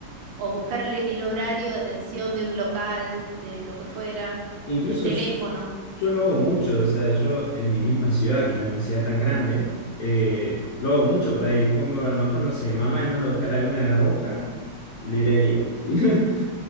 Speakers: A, on the right; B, on the left.
A: o buscar el, el horario de atención de un local, de lo que fuera,
B: Incluso
A: el teléfono.
B: yo, yo lo hago mucho, o sea, yo en mi misma ciudad, que no es una ciudad tan grande, eh, lo hago mucho por ahí. Pongo, a lo mejor, no sé, mi mamá me manda a buscar alguna hoja, librería, ¿sí? <laughs>